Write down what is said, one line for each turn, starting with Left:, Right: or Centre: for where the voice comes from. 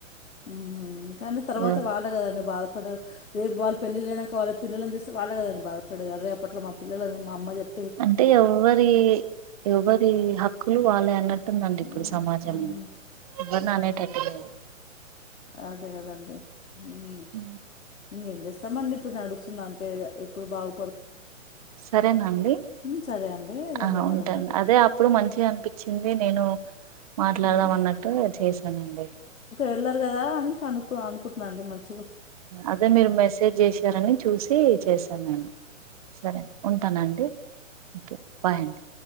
Left: ఉ కానీ తర్వాత
Right: ఆ
Left: వాళ్ళే కదండి బాధ పడరు రేపు వాళ్ళ పెళ్ళిలైనంకా వాళ్ళ పిల్లని చూస్తే వాళ్ళే కదండి బాదపడేది, అర్రే అపట్లో మా పిల్లని మా అమ్మ చెపి
Right: అంటే ఎవ్వరి ఎవ్వరి హక్కులు వాళ్ళయి అన్న ట్టు ఉందండి
Left: ఉమ్
Right: ఇప్పుడు సమాజం
Left: ఉమ్
Right: ఎవర్ని అనేటట్టులేదు.
Left: అదే కదండి హ్.
Right: హ్
Left: ఇంగేం చేస్తామండి ఇప్పుడు నడుస్తుంది అంతే ఇగా ఇప్పుడు బాగు
Right: సరేనా అండి.
Left: ఉమ్ సరే అండి ధన్యవాదములండి
Right: ఆ ఉంటాను అదే అప్పుడు మంచిగా అనిపించింది అది నేను మాట్లాడదాం
Left: ఉమ్
Right: అన్నట్టు చేశానండి.
Left: వెళ్ళరు కదా అని కనుకు అనుకుంటున్నా అండి మంచి
Right: అదే మీరు మెసేజ్ చేశారని చూసి చేసాను నేను సరే ఉంటా నండి ఓకే బాయ్ అండి.